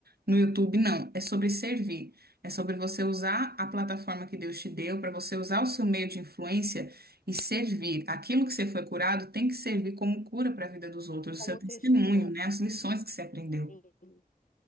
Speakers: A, on the right; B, on the left.
A: no YouTube, não. É sobre servir. É sobre você usar a plataforma que Deus te deu, para você usar o seu meio de influência e servir. Aquilo que você foi curado tem que servir como cura para a vida dos outros,
B: Como
A: o seu testemunho,
B: testemunho.
A: né? As lições que você aprendeu.
B: Sim.